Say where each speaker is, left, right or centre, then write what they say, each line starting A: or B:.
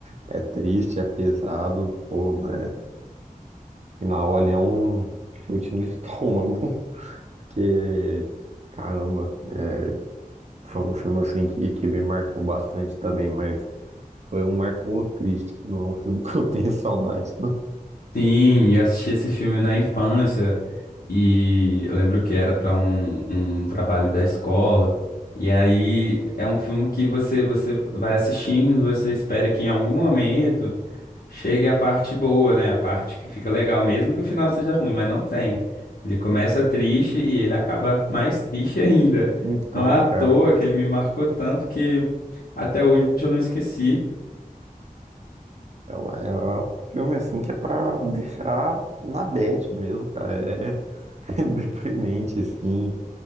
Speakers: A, on the right; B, on the left.
A: É triste, é pesado, pô, né? Final ali é um chute no estômago, <laughs> que caramba, é, foi um filme assim que, que me marcou bastante também, mas foi um marcou triste, não é um filme <laughs> que eu tenho saudade, não.
B: Sim, eu assisti esse filme na infância e eu lembro que era para um, um trabalho da escola. E aí é um filme que você você vai assistindo, você espera que em algum momento chegue a parte boa, né? A parte que fica legal, mesmo que o final seja ruim, mas não tem. Ele começa triste e ele acaba mais triste <laughs> ainda.
A: Então,
B: Não é à
A: cara,
B: toa que ele me marcou tanto que até hoje eu não esqueci.
A: é, um é um filme assim que é pra deixar na bad mesmo, cara, é <laughs> deprimente, assim,